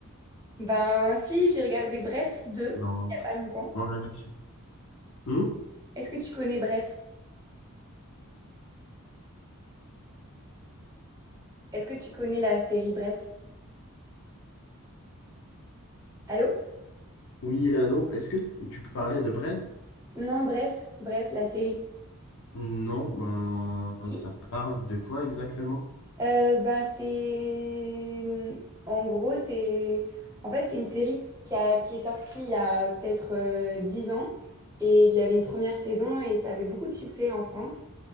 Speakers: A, on the right (about 15°); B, on the left (about 65°).
A: Ben, si, j'ai regardé Bref 2
B: dans,
A: il y a pas longtemps.
B: dans la nature. Hmm
A: Est-ce que tu connais Bref? Est-ce que tu connais la série Bref? Allô?
B: Oui, allô? Est-ce que tu parlais de Brel?
A: Non, Bref, Bref, la série.
B: Non, ben,
A: Ok.
B: ça parle de quoi exactement?
A: Euh, ben, c'est. En gros, c'est. En fait, c'est une série qui qui a... qui est sortie il y a peut-être euh, 10 ans. Et il y avait une première saison et ça avait beaucoup de succès en France.